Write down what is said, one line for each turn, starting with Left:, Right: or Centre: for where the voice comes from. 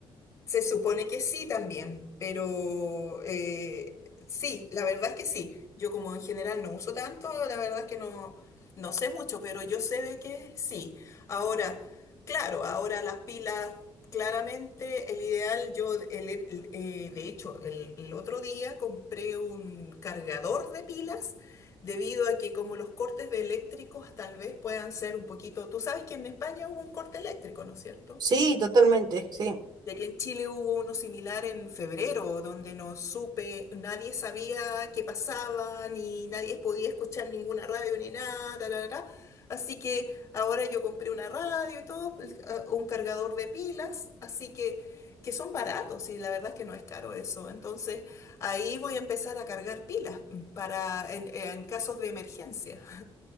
Left: Se supone que sí también, pero eh, sí, la verdad es que sí. Yo como en general no uso tanto, la verdad es que no, no sé mucho, pero yo sé de que sí. Ahora, claro, ahora las pilas, claramente el ideal, yo el- el- eh, de hecho el, el otro día compré un cargador de pilas debido a que como los cortes de eléctricos tal vez puedan ser un poquito, tú sabes que en España hubo un corte eléctrico, ¿no es cierto?
Right: Sí, totalmente, sí.
Left: ya que en Chile hubo uno similar en febrero, donde no supe, nadie sabía qué pasaba, ni nadie podía escuchar ninguna radio ni nada, ta, ta, ta. Así que ahora yo compré una radio y todo, el- a- un cargador de pilas, así que, que son baratos y la verdad es que no es caro eso. Entonces ahí voy a empezar a cargar pilas mm, para en, en casos de emergencia.